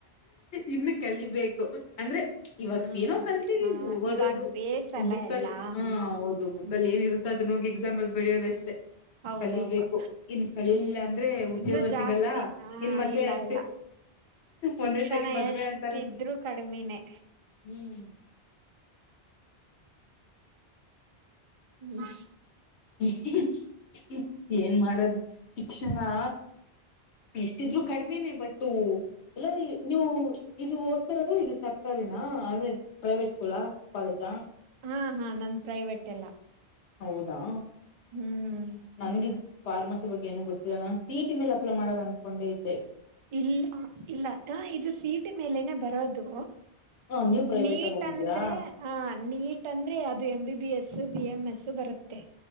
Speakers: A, on the left; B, on the right.
A: ಇನ್ನು ಕಲಿಬೇಕು ಅಂದ್ರೆ ಇವಾಗ
B: ಹ್ಮ್
A: ಸೀನೋ ಕಲ್ತಿದಿಲ್
B: ಹಾ
A: ಓದೋದು
B: ಇವಾಗ ಬೇಸಲ್ಲ
A: ಬುಕ್ಕಲ್ಲಿ
B: ಎಲ್ಲಾ
A: ಹ ಹ ಓದು ಬುಕ್ಕಲ್ಲಿ
B: ಹ್ಮ್
A: ಏನಿರುತ್ತ ಅದನ್ನ ಹೋಗಿ ಎಕ್ಸ್ ಜಾಮಲ್ ಬೈಯೋದಷ್ಟೇ
B: ಹೌದೌದು
A: ಕಲಿಬೇಕು ಇನ್ ಕಲಿಲ್ಲ ಅಂದ್ರೆ ಉದ್ಯೋಗ
B: ಇನ್ನು ಜಾಸ್ತಿ
A: ಸಿಗಲ್ಲ
B: ಹಾ
A: ಇನ್ ಮತ್ತೆ
B: ಇಲ್ಲ
A: ಅಷ್ಟೇ
B: ಇಲ್ಲ ಶಿಕ್ಷಣ
A: ಒಂದೇ ಸರಿ ಮದ್ವೆ
B: ಎಷ್ಟಿದ್ರು
A: ಅಂತಾರೆ ಅಷ್ಟೆ
B: ಕಡಿಮಿನೇ
A: ಹ್ಮ ಹ್ಮ್ <unintelligible>
B: ಹ್ಮ್
A: ಇ ಏನ್ ಮಾಡದು ಶಿಕ್ಷಣಾ ಎಷ್ಟಿದ್ರು ಕಡಿಮೆನೆ ಬಟ್ಟು ಎಲ್ಲ ನೀವು ಇದು ರ ಈಗ ಸರ್ಕಾರಿನ ಅಂದ್ರೆ ಪ್ರೈವೇಟ್ ಸ್ಕೂಲ್ ಕಾಲೇಜ್
B: ಹಾ ಹಾ ನನ್ ಪ್ರೈವೇಟ್ ಎಲ್ಲ
A: ಹೌದಾ
B: ಹ್ಮ್
A: ನನಗಿದು ಫಾರ್ಮಸಿ ಬಗ್ಗೆ ಏನ ಗೊತ್ತಿಲ್ಲ ನಾನು ಸಿ ಇ ಟಿ ಮೇಲೆ ಅಪ್ಲೈ ಮಾಡೋನ ಅನ್ಕೊಂಡೆ ಇದ್ದೆ
B: ಇಲ್ಲ ಇಲ್ಲ ಇದು ಸಿಇಟಿ ಮೇಲೆನೆ ಬರೋದು
A: ಹ ನೀವು ಪ್ರೈವೇಟ್
B: ನೀಟ್
A: ಆಗ ಹೋಗಿದ್ದೀರಾ
B: ಅಂದ್ರೆ ಆ ನೀಟ್ ಅಂದ್ರೆ ಅದು M B B S B M S ಬರುತ್ತೆ